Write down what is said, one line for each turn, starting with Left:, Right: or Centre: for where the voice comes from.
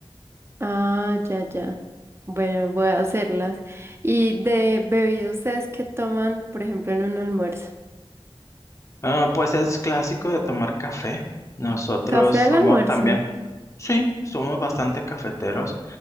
Right: Ah, ya, ya. Bueno, voy a hacerlas. ¿Y de bebidas ustedes qué toman, por ejemplo, en un almuerzo?
Left: Ah, pues es clásico de tomar café. Nosotros
Right: ¿Café
Left: somos
Right: al almuerzo?
Left: también, sí, somos bastante cafeteros.